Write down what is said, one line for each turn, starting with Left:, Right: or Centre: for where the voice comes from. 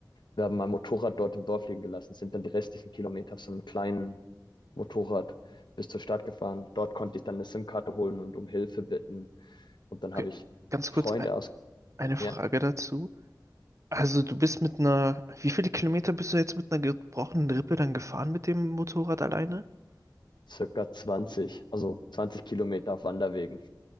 Left: Wir haben mein Motorrad dort im Dorf liegen gelassen, sind dann die restlichen Kilometer auf so einem kleinen Motorrad bis zur Stadt gefahren. Dort konnte ich dann eine SIM-Karte holen und um Hilfe bitten. Und dann
Right: Okay,
Left: habe ich
Right: ganz
Left: Freunde
Right: kurz ein,
Left: aus,
Right: eine Frage
Left: ja.
Right: dazu. Also du bist mit einer, wie viele Kilometer bist du jetzt mit einer gebrochenen Rippe dann gefahren mit dem Motorrad alleine? <laughs>
Left: Circa 20, also 20 Kilometer auf Wanderwegen.